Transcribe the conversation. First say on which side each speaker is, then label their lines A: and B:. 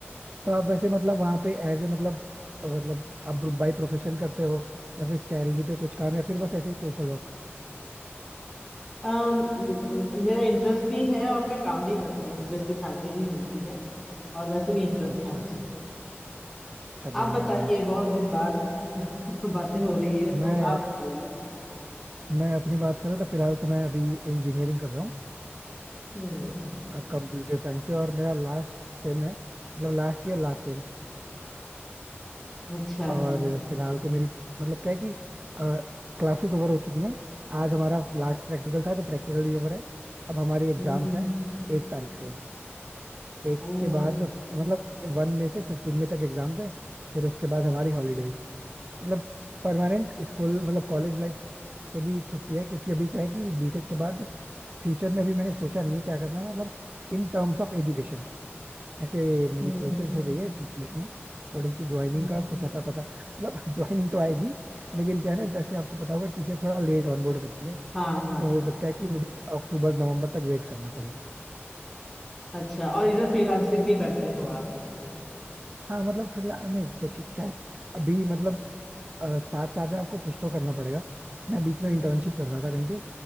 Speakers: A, on the right; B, in the centre.
A: तो आप वैसे मतलब वहां पे एज ए मतलब मतलब आप बाई प्रोफेशन करते हो या फिर सैलरी पे कुछ काम या फिर बस ऐसे ही सोशल वर्क
B: अम, म- मेरा इंटरेस्ट भी है और मैं काम भी करती हूँ मुझे इसकी सैलरी भी मिलती है और वैसे भी इंटरेस्ट
A: अच्छा
B: है मुझे
A: अच्छा
B: आप
A: बढ़िया
B: बताइए
A: है नाइस
B: बहुत दिन बाद <laughs> बातें हो रही है तो
A: मैं
B: आप बताइए
A: मैं अपनी बात करूँ तो फिलहाल तो मैं अभी इंजीनियरिंग कर रहा हूँ
B: हम्म
A: कंप्यूटर साइंस से और मेरा लास्ट सेम है मतलब लास्ट ईयर लास्ट सेम
B: अच्छा
A: और फिलहाल तो मेरी मतलब क्या है कि क्लासेस ओवर हो चुकी हैं आज हमारा लास्ट प्रैक्टिकल था तो प्रैक्टिकल भी ओवर है अब हमारी एग्जाम्स
B: हम्म
A: हैं एक तारीख से एक
B: ओ
A: के बाद मतलब वन में से फिफ्टीन में तक एग्जाम्स है फिर उसके बाद हमारी हॉलीडेज मतलब परमानेंट स्कूल मतलब कॉलेज लाइफ से भी छुट्टी है क्योंकि अभी क्या है कि बीटेक के बाद फ्यूचर में भी मैंने सोचा नहीं है क्या करना है मतलब इन टर्म्स ऑफ एजुकेशन ऐसे मेरी
B: हम्म
A: प्लेसमेंट हो गई है टीसीएस में बट उसकी ज्वाइनिंग
B: हम्म,
A: का कुछ अता पता मतलब <laughs> ज्वाइनिंग तो आएगी लेकिन क्या है ना जैसे आपको पता होगा टीसीएस थोड़ा लेट ऑनबोर्ड करती है
B: हाँ हाँ
A: तो हो
B: हाँ
A: सकता है कि मुझे अक्टूबर नवंबर तक वेट करना पड़े
B: अच्छा और इधर फ्रीलांसिंग भी करते हो आप
A: हाँ मतलब फिलहाल नहीं देखिए क्या है अभी मतलब अ, साथ साथ में आपको कुछ तो करना पड़ेगा मैं बीच में
B: हम्म
A: इंटर्नशिप कर रहा था कहीं पे